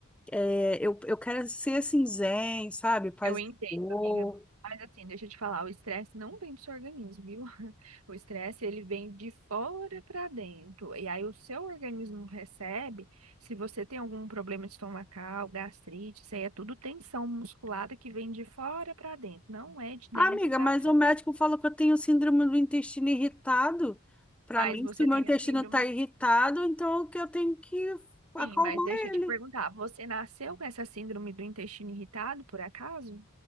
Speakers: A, in the centre; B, on the right.
A: é, eu, eu quero ser assim, zen, sabe? Paz
B: Eu entendo,
A: e amor.
B: amiga. Mas assim, deixa eu te falar, o estresse não vem do seu organismo, viu? <laughs> O estresse, ele vem de fora para dentro. E aí o seu organismo recebe, se você tem algum problema estomacal, gastrite, isso aí é tudo tensão musculada que vem de fora para dentro, não é de dentro
A: Amiga,
B: para
A: mas
B: fora.
A: o médico falou que eu tenho síndrome do intestino irritado. Para
B: Mas
A: mim,
B: você
A: se o meu
B: tem
A: intestino
B: a síndrome,
A: está irritado, então o que eu tenho que acalmar
B: sim, mas deixa eu
A: ele.
B: te perguntar, você nasceu com essa síndrome do intestino irritado, por acaso?